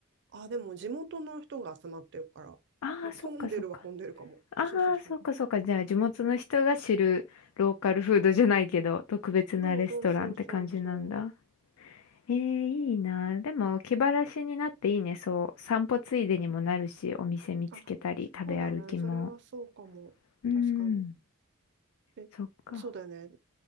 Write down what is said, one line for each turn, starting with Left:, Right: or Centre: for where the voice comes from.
Right: あ、でも地元の人が集まってるから。
Left: ああー、
Right: で混んでるは混んでるかも。
Left: そっかそっか。ああ、
Right: そうそうそう。
Left: そっかそっか。じゃあ地元の人が知るローカルフードじゃないけど特別なレストランって感じなんだ。
Right: そうそうそうそうそ
Left: ええいいな。でも気晴らしになっていいね。そう。散歩ついでにもなるし、お店見つけたり食べ歩きも。
Right: う。あ、そうだね。それはそうかも。
Left: うん、
Right: 確かに。で、
Left: そっか。
Right: そうだね。